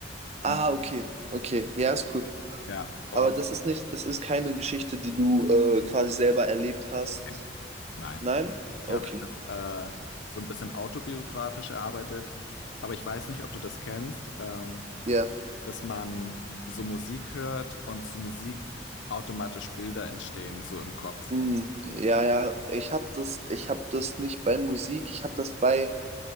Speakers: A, on the right; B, on the left.
A: Ah,
B: Hm,
A: okay. Okay. Ja, ist cool.
B: Ja, und
A: Aber das ist nicht, das ist keine Geschichte, die du äh, quasi selber erlebt hast.
B: nein, nein.
A: Nein? Okay.
B: ich habe das äh, so ein bisschen autobiografisch erarbeitet, aber ich weiß nicht, ob du das kennst. Ähm,
A: Ja.
B: dass man so Musik hört und zu Musik automatisch Bilder entstehen, so im Kopf.
A: Mhm. Ja, ja. Ich habe das, ich habe das nicht bei Musik, ich habe das bei